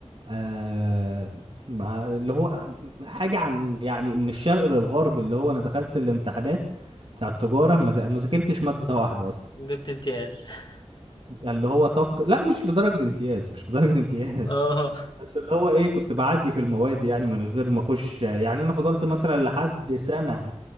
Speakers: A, on the right; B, on the left.
A: آه مع اللي هو حاجه عن يعني من الشرق للغرب اللي هو انا دخلت الامتحانات بتاع التجاره ما ذا- ما ذاكرتش ماده واحده اصلا
B: جبت امتياز <laughs>
A: يعني اللي هو طق لا مش لدرجه امتياز مش لدرجه امتياز
B: اه
A: <laughs> بس اللي هو ايه كنت بعدي في المواد يعني من غير ما اخش يعني انا فضلت مثلا لحد سنه